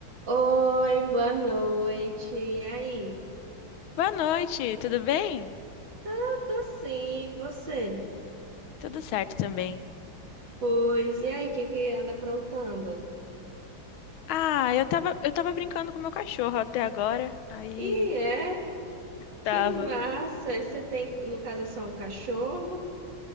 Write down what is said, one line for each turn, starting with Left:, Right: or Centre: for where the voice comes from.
Right: Oi, boa noite. E aí?
Left: Boa noite, tudo bem?
Right: Tá, tô sim. E Você?
Left: Tudo certo também.
Right: Pois, e aí, o que que anda aprontando?
Left: Ah, eu tava, eu tava brincando com meu cachorro até agora. Aí,
Right: E é, que
Left: tava.
Right: massa! Você tem, no caso, é só um cachorro?